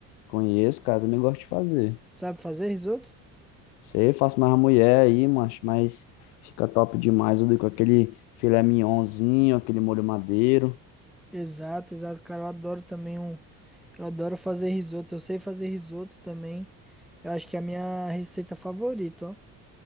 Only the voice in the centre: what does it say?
Sabe fazer risoto?
Exato, exato, cara, eu adoro também um, eu adoro fazer risoto, eu sei fazer risoto também. Eu acho que é a minha receita favorita, ó.